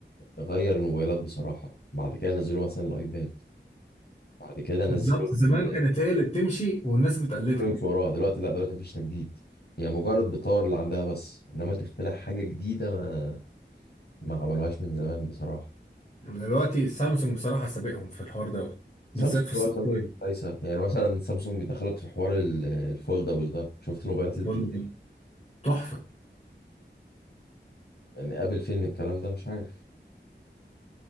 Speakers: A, on the left; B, on the left.
A: غير الموبايلات بصراحة بعد كده نزلوا مثلا الايباد بعد كده
B: بالظبط
A: نزلوا
B: زمان
A: ال-
B: كانت هي اللي بتمشي والناس بتقلدها
A: كله يمشي وراها دلوقتي لا دلوقتي مفيش تجديد هي مجرد بتطور اللي عندها بس انما تخترع حاجة جديدة ما ما عملوهاش من زمان بصراحة
B: دلوقتي سامسونج بصراحه سابقهم في الحوار دوت
A: سامسونج
B: بالذات في السوفت
A: اه سامسونج كويسه يعني مثلا سامسونج دخلت في حوار ال- الفولدبل ده شفت الموبايلات اللي
B: وير
A: بتتني
B: تحفة
A: يعني قابل فين الكلام ده مش عارف